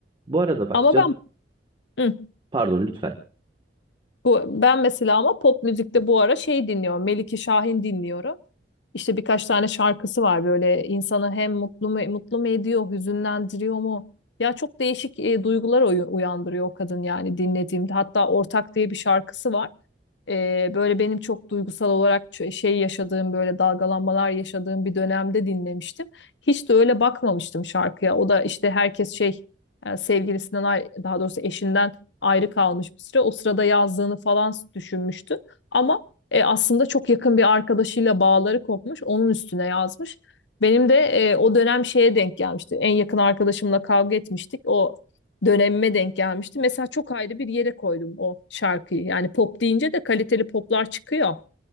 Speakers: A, on the right; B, on the left.
A: Bu arada bak
B: Ama
A: canım
B: ben hı,
A: pardon lütfen.
B: bu ben mesela ama pop müzikte bu ara şey dinliyorum. Melike Şahin dinliyorum. İşte birkaç tane şarkısı var böyle insanı hem mutlu mu, mutlu mu ediyor, hüzünlendiriyor mu? Ya çok değişik e, duygular oyu- uyandırıyor o kadın yani dinlediğimde. Hatta Ortak diye bir şarkısı var. Ee, böyle benim çok duygusal olarak ç- şey yaşadığım böyle dalgalanmalar yaşadığım bir dönemde dinlemiştim. Hiç de öyle bakmamıştım şarkıya. O da işte herkes şey e, sevgilisinden ay- daha doğrusu eşinden ayrı kalmış bir süre. O sırada yazdığını falan düşünmüştü. Ama e, aslında çok yakın bir arkadaşıyla bağları kopmuş. Onun üstüne yazmış. Benim de e, o dönem şeye denk gelmişti. En yakın arkadaşımla kavga etmiştik. O dönemime denk gelmişti. Mesela çok ayrı bir yere koydum o şarkıyı. Yani pop deyince de kaliteli poplar çıkıyor.